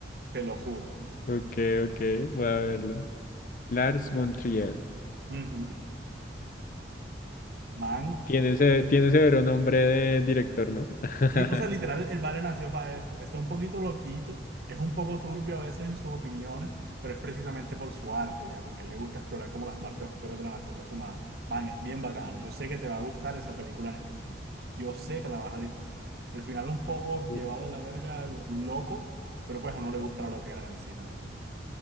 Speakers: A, on the right; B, on the left.
A: Te lo juro.
B: ok, ok, voy a verlo. Lars von Trier.
A: Ujú. Man,
B: Tiene, ese- tiene severo nombre de director, ¿no? <laughs>
A: Sí, o sea, literal, el Vale nació para eso. Está un poquito loquito, es un poco turbio a veces en sus opiniones, pero es precisamente por su arte, ya, porque le gusta explorar como las partes oscuras de la naturaleza humana. Man, es bien bacano. Yo sé que te va a gustar esa película en específico. Yo sé que la vas a disfrutar. El final un poco llevado
B: Uf,
A: de la verga, loco, pero pues a uno le gusta la loquera en el cine. la verdad.